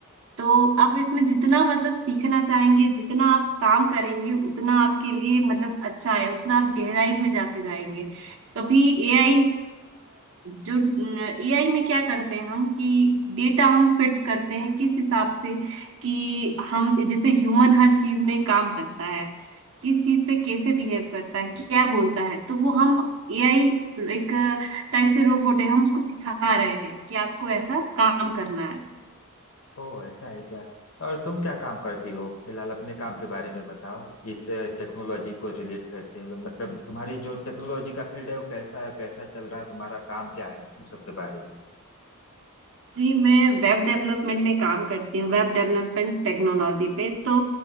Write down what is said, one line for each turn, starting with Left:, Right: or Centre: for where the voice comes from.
Right: तो आप इसमें जितना मतलब सीखना चाहेंगे जितना आप काम करेंगे उतना आपके लिए मतलब अच्छा है उतना आप गहराई में जाते जाएंगे कभी एआई जो एआई में क्या करते हैं हम कि डेटा हम फिट करते हैं किस हिसाब से कि हम जैसे ह्यूमन हर चीज में काम करता है किस चीज पे कैसे बिहेव करता है क्या बोलता है तो वो हम एआई एक टाइप से रोबोट है हम उसको सिखा रहे हैं कि आपको ऐसा काम करना है
Left: ओह ऐसा है क्या और तुम क्या काम करती हो फिलहाल अपने काम के बारे में बताओ इस टेक्नोलॉजी को रिलेट करते हुए मतलब तुम्हारी जो टेक्नोलॉजी का फील्ड है वो कैसा है कैसा चल रहा है तुम्हारा काम क्या है उन सब के बारे में
Right: जी मैं वेब डेवलपमेंट में काम करती हूँ वेब डेवलपमेंट टेक्नोलॉजी पे तो